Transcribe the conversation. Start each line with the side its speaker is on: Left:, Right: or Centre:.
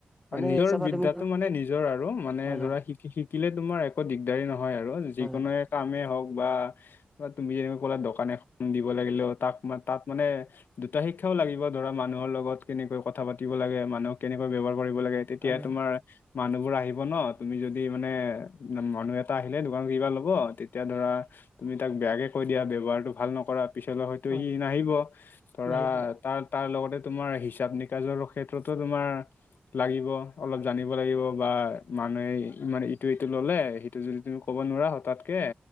Centre: মানে,
Left: নিজৰ
Centre: চাবা
Left: বিদ্যাটো
Centre: তুমি
Left: মানে নিজৰ আৰু মানে
Centre: হয়
Left: ধৰা শিক শিকিলে তোমাৰ একো দিগদাৰি নহয় আৰু, যিকোনোৱে
Centre: হয় হয়
Left: কামেই হওঁক বা তুমি যেনে কলা দোকান এখন দিব লাগিলেও তাক ম তাত মানে কা দুটা শিক্ষাও লাগিব ধৰা, মানুহৰ লগত কেনেকৈ কথা পাতি লাগে মানুহক কেনেকৈ ব্যৱহাৰ কৰিব লাগে, তেতিয়া
Centre: হয়
Left: তোমাৰ মানুহবোৰ আহিব ন! তুমি যদি মানে মানুহ এটা আহিলে দোকানত কিবা ল'ব তেতিয়া ধৰা তুমি তাক বেয়াকে কৈ দিয়া, ব্যৱহাৰটো ভাল নকৰা। পিছলৈ হয়তো
Centre: হয়
Left: সি নাহিব ধৰা
Centre: নাহিব লাগে
Left: তাক তাৰ লগতে তোমাৰ হিচাপ নিকাজৰো ক্ষেত্ৰতো তোমাৰ লাগিব। অলপ জানিব লাগিব বা মানুহে ইমান ইটো সিটো ল'লে সেইটো যদি তুমি ক'ব নোৱাৰা হতাৎ কে